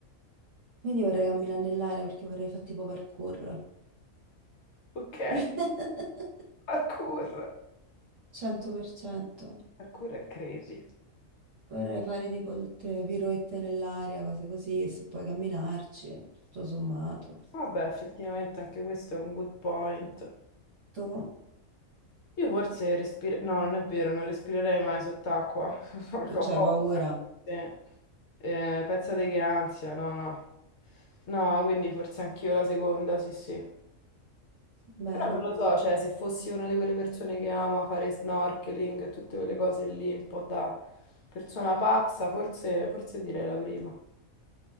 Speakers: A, on the right; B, on the left.
A: Quindi vorrei camminare nell'aria perché vorrei fare tipo parkour.
B: Ok,
A: <laughs>
B: parkour.
A: 100%.
B: Parkour è crazy.
A: Vorrei fare tipo tutte piroette nell'aria, cose così, e se puoi camminarci, tutto sommato.
B: Vabbè, effettivamente anche questo è un good point.
A: Tu?
B: Io forse respiro... No, non è vero, non respirerei mai sott'acqua. <laughs> Porca
A: Tu
B: ho
A: c'hai
B: paura.
A: paura?
B: Sì. Eh, pensate che ansia, no, no. No, quindi forse anch'io la seconda, sì, sì.
A: Bene.
B: Però non lo so, cioè, se fossi una di quelle persone che ama fare snorkeling e tutte quelle cose lì, un po' da persona pazza, forse, forse direi la prima.